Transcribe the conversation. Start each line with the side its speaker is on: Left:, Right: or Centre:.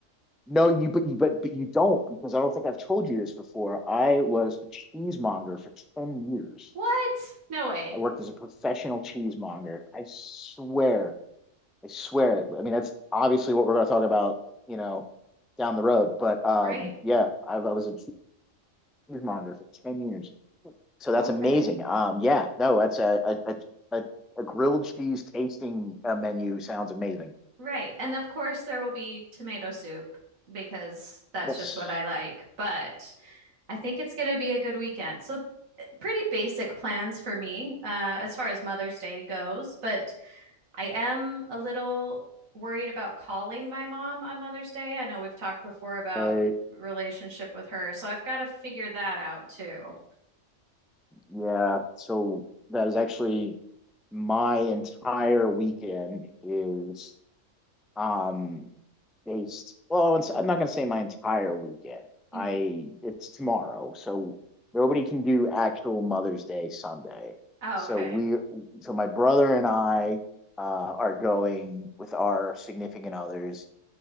Centre: no you but you but but you don't because I don't think I've told you this before. I was a cheesemonger for ten years.
Right: What? No way.
Centre: I worked as a professional cheesemonger. I swear, I swear. it. I mean, that's obviously what we're going to talk about, you know, down the road. But um,
Right: Right.
Centre: yeah, I, I was a cheesemonger for ten years, so that's
Right: Okay.
Centre: amazing. Um, yeah, no, that's a a, a a a grilled cheese tasting uh, menu sounds amazing.
Right: Right. And of course, there will be tomato soup because that's
Centre: That's
Right: just what I like. But I think it's going to be a good weekend. So, eh, pretty basic plans for me uh, as far as Mother's Day goes. But I am a little worried about calling my mom on Mother's Day. I know we've talked before about
Centre: right.
Right: relationship with her. So, I've got to figure that out too.
Centre: Yeah, so that is actually my entire weekend is um based well it's, i'm not going to say my entire weekend
Right: hmm
Centre: i it's tomorrow so nobody can do actual mother's day sunday
Right: Oh,
Centre: so
Right: okay.
Centre: we so my brother and i uh, are going with our significant others